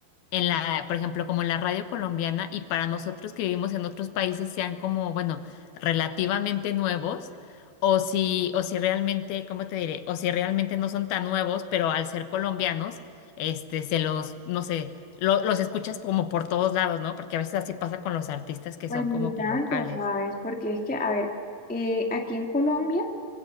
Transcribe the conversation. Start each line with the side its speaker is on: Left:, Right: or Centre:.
Left: en la, por ejemplo, como en la radio colombiana y para nosotros que vivimos en otros países sean como, bueno, relativamente nuevos o si, o si realmente, ¿cómo te diré? O si realmente no son tan nuevos, pero al ser colombianos, este, se los, no sé, lo- los escuchas como por todos lados, ¿no? Porque a veces así pasa con los artistas que
Centre: Pues
Left: son
Centre: ni
Left: como
Centre: tanto,
Left: que locales.
Centre: ¿sabes? Porque es que, a ver, eh, aquí en Colombia.